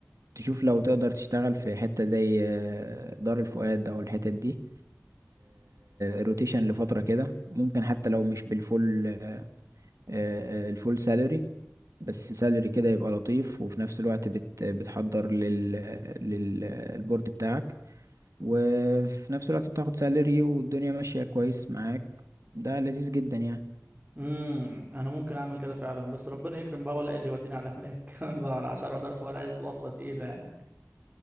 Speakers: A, on the right (about 80°); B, on the right (about 25°).
A: تشوف لو تقدر تشتغل في حتة زي آه، دار الفؤاد او الحتت دي روتيشن لفترة كده ممكن حتى لو مش بالفول آه، آه، الفول سالري بس سالري كده يبقى لطيف وفي نفس الوقت بت بتحضر لل للبورد بتاعك وفي نفس الوقت بتاخد سالري والدنيا ماشية كويس معاك ده لذيذ جدا يعني
B: امم انا ممكن اعمل كده فعلا بس ربنا يكرم بقى ولا إيه اللي يوديني على هناك <laughs> الله عشان اقدر ولا عايز واسطه تقيله يعني